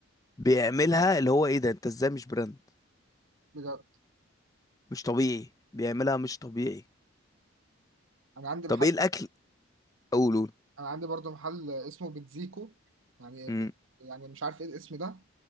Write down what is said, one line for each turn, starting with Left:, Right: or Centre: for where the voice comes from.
Left: بيعملها اللي هو ايه ده انت ازاي مش براند
Right: بجد
Left: مش طبيعي بيعملها مش طبيعي
Right: انا عندي محل
Left: طب ايه الاكل قول قول
Right: انا عندي برضه محل اسمه بيتزيكو يعني
Left: امم
Right: يعني مش عارف ايه الاسم ده